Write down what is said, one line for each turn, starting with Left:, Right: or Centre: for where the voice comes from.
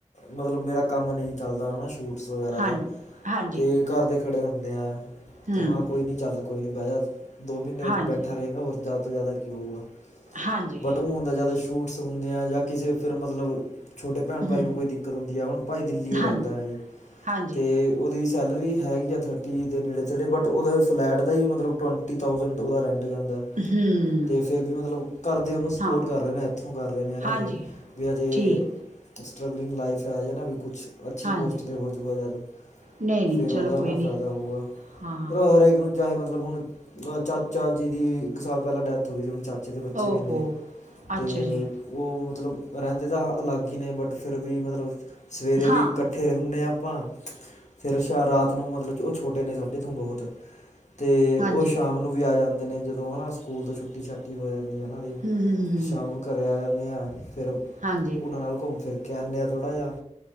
Left: ਮਤਲਬ ਮੇਰਾ ਕੰਮ ਨਹੀਂ ਚੱਲਦਾ ਹਨਾ ਸ਼ੂਟ ਸ ਵਗੈਰਾ
Right: ਹਾਂ
Left: ਦਾ,
Right: ਹਾਂਜੀ
Left: ਤੇ ਘਰ ਦੇ ਖੜੇ ਹੁੰਦੇ ਆ,
Right: ਹੂੰ
Left: ਤੇ ਹਾਂ ਕੋਈ ਨਹੀਂ ਚੱਲ ਕੋਈ ਨਹੀਂ ਬੈ ਜਾ। ਦੋ ਮਹੀਨੇ
Right: ਹਾਂਜੀ
Left: ਬੈਠਾ ਰਹਿਗਾਂ, ਹੋਰ ਜ਼ਿਆਦਾ ਤੋਂ ਜ਼ਿਆਦਾ ਕਿ ਹੋਉਗਾ?
Right: ਹਾਂਜੀ
Left: ਬਟ ਹੁਣ ਤਾਂ ਜ਼ਿਆਦਾ ਸ਼ੂਟਸ ਹੁੰਣੇ ਆ, ਜਾਂ ਕਿਸੇ ਫਿਰ ਮਤਲਬ ਛੋਟੇ ਭੈਣ
Right: ਹੂੰ
Left: ਭਾਈ ਨੂੰ ਕੋਈ ਦਿੱਕਤ ਹੁੰਦੀ ਹੈ। ਹੁਣ ਭਾਈ ਦਿੱਲੀ ਉਹ
Right: ਹਾਂਜੀ
Left: ਰਹਿੰਦਾ ਹੈ,
Right: ਹਾਂਜੀ
Left: ਤੇ ਉਹਦੀ ਸੈਲਰੀ ਹੈਗੀ ਆ ਥਰਟੀ ਦੇ ਨੇੜੇ ਤੇੜੇ, ਬਟ ਓਦਾ ਫਲੈਟ ਦਾ ਈ ਮਤਲਬ ਟਵੰਟੀ ਥਾਊਸੈਂਡ ਓਦਾ ਰੈਂਟ ਜਾਂਦਾ ਹੇ।
Right: ਹੂੰ।
Left: ਤੇ ਫੇਰ ਵੀ ਮਤਲਬ ਘਰਦੇ ਓਨੂੰ ਸਪੋਰਟ
Right: ਹਾਂ
Left: ਕਰ ਰੇ ਨੇ। ਏਥੋਂ ਕਰ ਰਹੇ ਨੇ ਹਨਾ
Right: ਹਾਂਜੀ
Left: ਅਜੇ। ਵੀ ਅਜੇ
Right: ਠੀਕ
Left: ਸਟਰਗਲਿੰਗ ਲਾਈਫ ਐ। ਅਜੇ ਨਾ ਵੀ ਕੁਛ ਅੱਛੀ
Right: ਹਾਂਜੀ
Left: ਪੋਸਟ ਤੇ ਹੋਜੂਗਾ ਜਦ।
Right: ਨਹੀਂ ਨਹੀਂ
Left: ਫੇਰ
Right: ਚਲੋ
Left: ਓਦਾ
Right: ਕੋਈ
Left: ਨਾ
Right: ਨਹੀਂ
Left: ਫੈਦਾ ਹੋਊਗਾ।
Right: ਹਾਂ
Left: ਚਲੋ ਹਰੇਕ ਨੂੰ ਚਾਹੇ ਮਤਲਬ ਹੁਣ, ਚਾਚਾ ਜੀ ਦੀ ਇੱਕ ਸਾਲ ਪੈਲਾਂ ਡੈਥ ਥੋਡੇ ਜਿਵੇਂ ਚਾਚੇ ਦੇ ਬੱਚੇ
Right: ਓਹੋ
Left: ਵੀ ਨੇ,
Right: ਅੱਛਾ
Left: ਤੇ
Right: ਜੀ
Left: ਓ ਮਤਲਬ ਰੈਂਦੇ ਤਾਂ ਅਲੱਗ ਈ ਨੇ। ਬਟ ਫੇਰ ਵੀ ਮਤਲਬ ਸਵੇਰੇ ਵੀ
Right: ਹਾਂ
Left: ਫਿਰ ਹੁੰਨੇ ਆਂ ਆਪਾਂ। ਫੇਰ ਸ਼-ਰਾਤ ਨੂੰ ਮਤਲਬ, ਓ ਛੋਟੇ ਨੇ ਸਾਡੇ ਤੋਂ ਬਹੁਤ। ਤੇ
Right: ਹਾਂਜੀ
Left: ਓ ਸ਼ਾਮ ਨੂੰ ਵੀ ਆ ਜਾਂਦੇ ਨੇ, ਜਦੋਂ ਹਨਾ ਸਕੂਲ ਤੋਂ ਛੁੱਟੀ ਛੁਟੀ-ਛਾਟੀ ਹੋ ਜਾਂਦੀ ਹਨਾਂ ਬ‌ਈ।
Right: ਹੂੰ ਹੂੰ ਹੂੰ ਹੂੰ,
Left: ਫ ਸ਼ਾਮ ਨੂੰ ਘਰੇ ਆ ਜਾਂਨੇ ਆਂ ਫੇਰ
Right: ਹਾਂਜੀ
Left: ਓਨਾਂ ਨਾਲ ਘੁੰਮ ਫਿਰ ਕੇ ਆਨੇ ਆ ਥੋੜ੍ਹਾ ਜਿਆ।